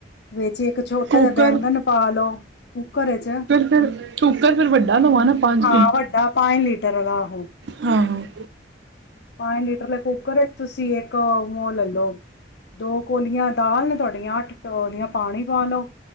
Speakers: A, on the left; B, on the right.
A: ਵਿੱਚ ਇੱਕ ਛੋਟਾ
B: ਕੁੱਕਰ
A: ਜਿਹਾ ਬੈਂਗਣ ਪਾ ਲੋ ਕੁੱਕਰ ਚ
B: ਫਿਰ ਕੁੱਕਰ ਫਿਰ ਵੱਡਾ ਲਵਾਂ ਨਾ ਪੰਜ
A: ਹਾਂ ਵੱਡਾ ਪੰਜ ਲੀਟਰ ਵਾਲਾ <unintelligible> <unintelligible>
B: ਹਾਜੀ
A: ਪੰਜ ਲੀਟਰ ਦੇ ਕੂੱਕਰ ਤੁਸੀਂ ਇੱਕ ਮੋਲ ਲੈ ਲੋ ਦੋ ਕੋਲੀਆਂ ਦਾਲ ਨੇ ਤੁਹਾਡੀਆਂ ਅੱਠ ਕੋਲੀਆਂ ਪਾਣੀ ਲੋ